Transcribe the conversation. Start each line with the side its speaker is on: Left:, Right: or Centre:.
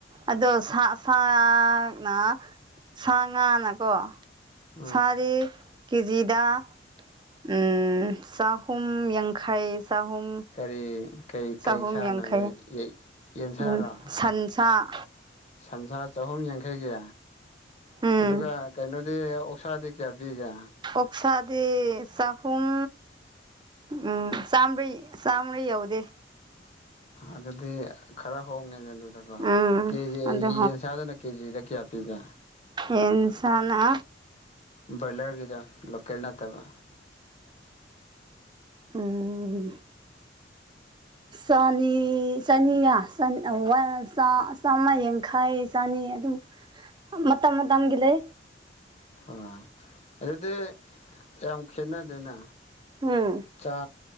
Right: ꯑꯗꯣ ꯁꯥ ꯁꯥꯅ ꯁꯥ ꯉꯥꯅꯀꯣ
Left: ꯎꯝ
Right: ꯁꯥꯔꯦ ꯀꯦꯖꯤꯗ ꯎꯝ ꯆꯥꯍꯨꯝ ꯌꯥꯡꯈꯩ ꯆꯍꯨꯝ
Left: ꯀꯔꯤ ꯀꯩ
Right: ꯆꯍꯨꯝ
Left: ꯀꯩ ꯁꯥꯥꯅꯣ
Right: ꯌꯥꯡꯈꯩ
Left: ꯌꯦꯟ ꯌꯦ ꯌꯦꯟꯁꯥꯔꯣ
Right: ꯑꯗꯨꯝ ꯁꯟꯁꯥ
Left: ꯁꯟꯁꯥ ꯆꯍꯨꯝ ꯌꯥꯡꯈꯩꯒꯤ
Right: ꯎꯝ
Left: ꯑꯗꯨꯒ ꯀꯩꯅꯣꯗꯤ ꯑꯣꯛꯁꯥꯗꯤ ꯀꯌꯥ ꯄꯤꯒꯦ
Right: ꯑꯣꯛꯁꯥꯗꯤ ꯆꯍꯨꯝ ꯎꯝ ꯆꯥꯝꯕꯔꯤ ꯆꯥꯝꯕꯔꯤ ꯌꯧꯗꯦ
Left: ꯑꯗꯨꯗꯤ ꯈꯔ ꯍꯣꯡꯉꯦꯅꯦ ꯑꯗꯨꯗꯀꯣ
Right: ꯎꯝ
Left: ꯀꯦꯖꯤ
Right: ꯑꯗꯨ
Left: ꯌꯦꯟꯁꯥꯗꯅ ꯀꯦꯖꯤꯗ ꯀꯌꯥ ꯄꯤꯒꯦ
Right: ꯌꯦꯟꯁꯅꯥ
Left: ꯕꯣꯏꯂꯔꯒꯤꯗ ꯂꯣꯀꯦꯜ ꯅꯠꯇꯕ
Right: ꯎꯝ ꯆꯥꯅꯤ ꯆꯥꯅꯤꯌꯥ ꯋꯥꯟ ꯆꯥ ꯆꯥꯝꯌꯥꯡꯈꯩ ꯆꯥꯅꯤ ꯑꯗꯨ ꯃꯇꯝ ꯃꯇꯝꯒꯤ ꯂꯩ
Left: ꯑ ꯑꯗꯨꯗꯤ ꯌꯥꯝ ꯈꯦꯠꯅꯗꯦꯅ
Right: ꯎꯝ
Left: ꯆꯥ